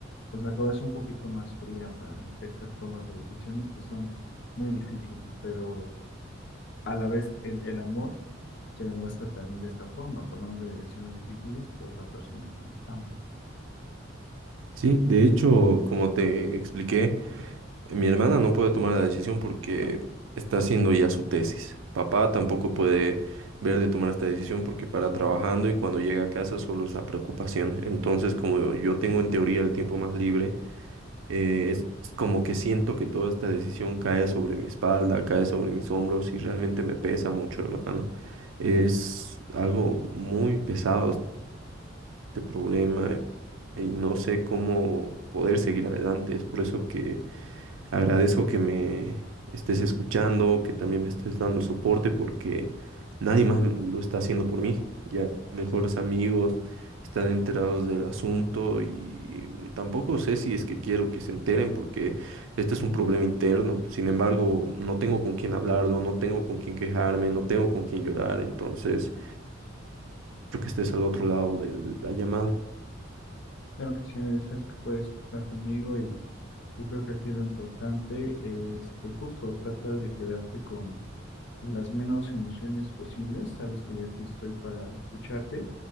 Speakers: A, on the left; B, on the right.
A: pues la cabeza un poquito más fría para estas tomas de decisiones que son muy difíciles, pero a la vez el, el amor se demuestra también de esta forma, tomando decisiones difíciles por la persona que amas.
B: Sí, de hecho, como te expliqué. Mi hermana no puede tomar la decisión porque está haciendo ya su tesis. Papá tampoco puede ver de tomar esta decisión porque para trabajando y cuando llega a casa solo es la preocupación. Entonces, como yo tengo en teoría el tiempo más libre, eh, es como que siento que toda esta decisión cae sobre mi espalda, cae sobre mis hombros y realmente me pesa mucho, hermano. Es algo muy pesado este problema y no sé cómo poder seguir adelante. Es por eso que Agradezco que me estés escuchando, que también me estés dando el soporte porque nadie más m- lo está haciendo por mí. Ya mejores amigos están enterados del asunto y tampoco sé si es que quiero que se enteren porque este es un problema interno. Sin embargo, no tengo con quién hablarlo, no tengo con quién quejarme, no tengo con quién llorar. Entonces, yo que estés al otro lado de la llamada.
A: Claro que sí, amigo, sabes que puedes estar conmigo y yo creo que aquí lo importante es que justo trata de quedarte con con las menos emociones posibles. Sabes que yo aquí estoy para escucharte